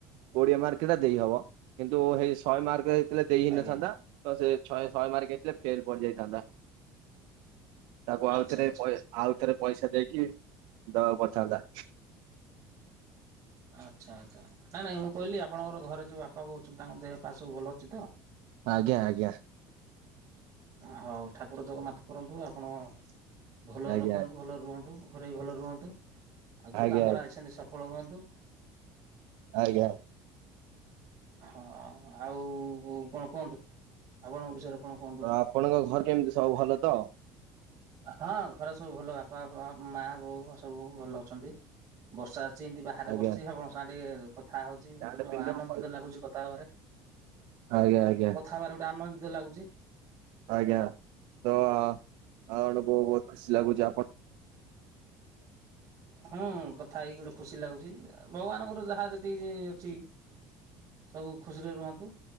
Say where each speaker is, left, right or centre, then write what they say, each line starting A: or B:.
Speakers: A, on the right; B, on the right.
A: କୋଡିଏ ମାର୍କଟା ଦେଇହବ କିନ୍ତୁ ହେଇ ଶହେ ମାର୍କ ହେଇଥିଲା ଦେଇ ହେଇନଥାନ୍ତା।
B: ଆଜ୍ଞା।
A: ତ ସେ ଛହେ ଶହେ ମାର୍କ ହେଇଥିଲେ ଫେଲ ପଡିଯାଇଥାନ୍ତା। ତାକୁ ଆଉ
B: ଆଚ୍ଛା
A: ଥରେ
B: ଆଚ୍ଛା।
A: ପଏ ଆଉ ଥରେ ପଏସା ଦେଇକି ଦବାକୁ ‌ପଡିଥାନ୍ତା।
B: ଆଚ୍ଛା ଆଚ୍ଛା ନାଇଁ ନାଇଁ, ମୁଁ କହିଲି ଆପଣଙ୍କର ଘରେ ଯୋଉ ବାପା, ବୋଉ ଅଛନ୍ତି ତାଙ୍କ ଦେହ ପା ସବୁ ଭଲ ଅଛି ତ?
A: ଆଜ୍ଞା ଆଜ୍ଞା।।
B: ହଉ ଠାକୁର ଜଗନ୍ନାଥ କରନ୍ତୁ, ଆପଣ ଭଲ
A: ଆଜ୍ଞା
B: ରଖନ୍ତୁ, ଭଲରେ ରୁହନ୍ତୁ। ଘରେ ବି ଭଲ ରୁହନ୍ତୁ, ଆଉ ଯୋଉ
A: ଆଜ୍ଞା
B: କାମରେ ଆଇଛନ୍ତି ସଫଳ ହୁଅନ୍ତୁ।
A: ଆଜ୍ଞା।
B: ହଁ ଆଉ କଣ କୁହନ୍ତୁ ଆପଣଙ୍କ ବିଷୟରେ? କଣ କୁହନ୍ତୁ?
A: ଆପଣଙ୍କ ଘରେ କେମିତି ସବୁ ଭଲ ତ?
B: ହଁ ଘରେ ସବୁ ଭଲ, ବାପା, ଆଉ ମା, ବୋଉ ସବୁ ଭଲ ଅଛନ୍ତି। ବର୍ଷା ଆସିଛି ଏମିତି ବାହାରେ
A: ଆଜ୍ଞା
B: ବସିଛି ଆପଣଙ୍କ ସାଙ୍ଗେ ଟିକେ କଥା ହଉଛି
A: ଆଜ୍ଞା
B: ଗୋଟେ ଆନନ୍ଦ। ଲାଗୁଛି କଥା ହେବରେ।
A: ଆଜ୍ଞା ଆଜ୍ଞା।
B: କଥାହବାରେ ଗୋଟେ ଆନନ୍ଦିତ ଲାଗୁଛି।
A: ଆଜ୍ଞା ତ ଆପଣ କୁ ବହୁତ ଖୁସି ଲାଗୁଛି ଆପଣ।
B: ହଁ କଥା ଏଇକି ଗୋଟେ ଖୁସି ଲାଗୁଛି ଭଗବାନଙ୍କର ଯାହା ଯେତିକି ଅଛି। ସବୁ ଖୁସିରେ ରୁହନ୍ତୁ